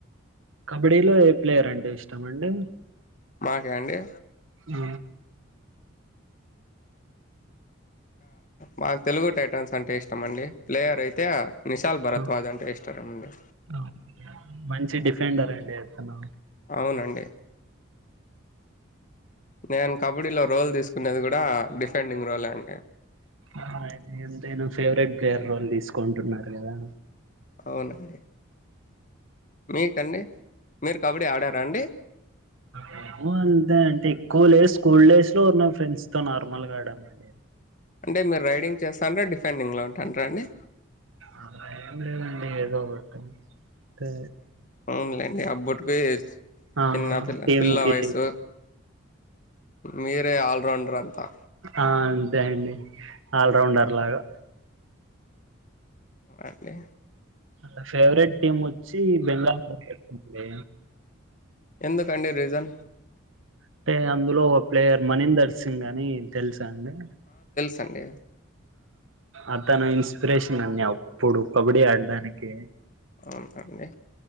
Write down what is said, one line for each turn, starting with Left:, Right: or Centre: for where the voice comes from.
Right: కబడ్డీలో ఏ ప్లేయర్ అంటే ఇష్టం అండి
Left: మాకా అండి
Right: అ
Left: మాకు తెలుగు టైటన్స్ అంటే ఇష్టం అండి ప్లేయర్ అయితే నిశాల్ భరత్
Right: ఆ,
Left: వాజ్ అంటే ఇష్టం అండి
Right: ఆ. మంచి డిఫెండర్ అండి అతను
Left: అవునండి నేను కబడ్డీలో రోల్ తీసుకునేది కూడా డిఫెండింగ్ రోల్ అం
Right: అ ఎంతైనా ఫేవరెట్ ప్లేయర్ రోల్ తీసుకుంటున్నారు కదా
Left: అవునండి మీకండి మీరు కబడ్డీ ఆడారా అండి
Right: మేము అంతే అంటే ఎక్కువ లే స్కూల్ డేస్ లో ఉన ఫ్రెండ్స్ తో నార్మల్ గా ఆడమండి
Left: అంటే మీర రైడింగ్ చేస్తన్రా డిఫెండింగ్లో ఉంటాండ్రా అండి
Right: అలా ఎమ్ లేదు అండి ఎదో ఒకటి తే
Left: అవునులేండి అబ్బుటికి
Right: ఆ
Left: చిన్న పిల్ల
Right: టీంకి
Left: పిల్ల వయసు మీరే అల్ రౌండర్ అంతా
Right: ఆ అంతే అండి అల్ రౌండర్ లాగా
Left: మాకి
Right: నా ఫేవరెట్ టీమ్ వచ్చి బెంగాల్ వారియర్స్ అండి
Left: ఎందుకు అండి రీసన్
Right: అంటే అందులో ఒక ప్లేయర్ మనీందర్ సింగ్ అని తెలుసా అండి
Left: అండి
Right: అతను ఇన్స్పిరేషన్ అన్ని అప్పుడు కబడ్డీ ఆడడానికి
Left: అవునండి